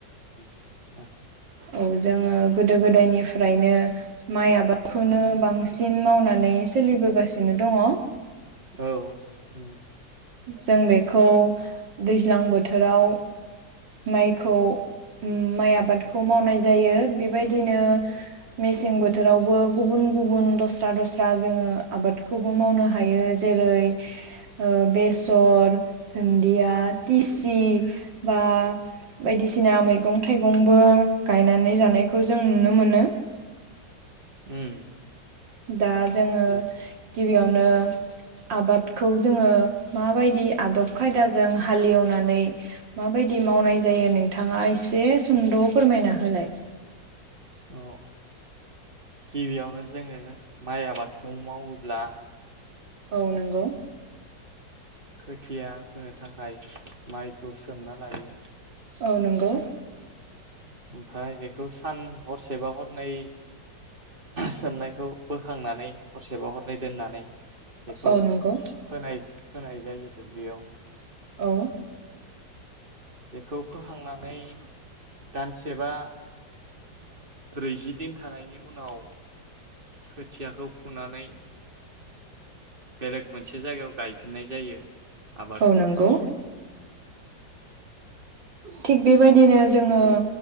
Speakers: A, on the right; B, on the right.
A: माइ
B: औ जोङो गोदो गोदायनिफ्रायनो माइ आबादखौनो बांसिन मावनानै सोलिबोगासिनो दङ'
A: औ उम
B: जों बेखौ दैज्लां बोथोराव माइखौ उम माइ आबादखौ मावनाय जायो बेबायदिनो मेसें बोथोरावबो गुबुन गुबुन दस्रा दस्रा जोङो आबादखौबो मावनो हायो जेरै ओ बे सर धोन्दिया टिसि बा बायदिसिना मैगं -थाइगंबो गायनानै जानायखौ जों नुनो मोनो
A: उम
B: दा जोङो
A: दे
B: गिबियावनो <unintelligible> आबादखौ जोङो माबायदि आदब खायदाजों हालेवनानै माबायदि मावनाय जायो नोंथाङा एसे सुंद' फोरमायना होलाय
A: आ आ औ गिबियावनो जोङो माइ आबादखौ मावोब्ला
B: औ नंगौ
A: खोथिया फोनो थाखाय माइखौ सोमना लायो।
B: औ नंगौ
A: ओफ्राय बेखौ सान हरसेबा हरनै सोमनायखौ बोखांनानै हरसेबा हर दोननानै बेखौ
B: औ नंगौ
A: फोनाय फोनाय जायो दुब्लियाव
B: औ
A: बेखौ फोहांनानै दानसेबा ब्रैजि दिन थानायनि उनाव खोथियाखौ फुनानै बेलेग मा से जायगायाव गायफिननाय जायो आबादखौ
B: औ नंगौ थिग बेबायदिनो जोङो